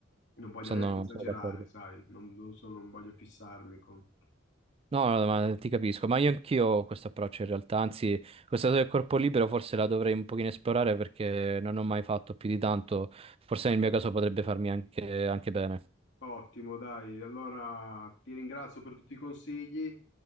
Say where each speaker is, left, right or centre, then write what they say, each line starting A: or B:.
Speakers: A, on the left; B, on the right.
A: non voglio
B: sono
A: neanche esagerare,
B: sono d'accordo.
A: sai, non, non so- non voglio fissarmi con...
B: No, no, ma ti capisco, ma io anch'io ho questo approccio in realtà, anzi, questa cosa del corpo libero forse la dovrei un pochino esplorare perché non ho mai fatto più di tanto, forse nel mio caso potrebbe farmi anche, anche bene,
A: Ottimo, dai. Allora ti ringrazio per tutti i consigli.